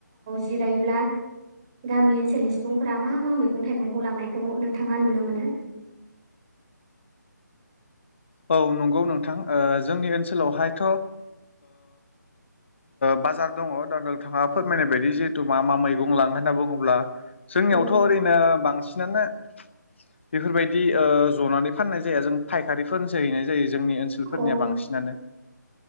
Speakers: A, on the right; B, on the left.
A: जिरायोब्ला गामि ओनसोलनि सुबुंफ्रा मा मा मैगं थाइगंखौ लांनायखौ नोंथाङा नुनो मोनो
B: औ नंगौ नोंथां जोंनि ओनसोलावहायथ' बाजार दङ दा नोंथाङा फोरमायनाय बायदि जिहेथु मा मा मैगं लाङो होनना बुङोब्ला जोंनियावथ'
A: औ
B: ओरैनो बांसिनानो बेफोरबायदि जनानै फाननाय जाया जों फायखारि जैनाय जायो जोंनि ओनसोलफोरनिया
A: औ
B: बांसिनानो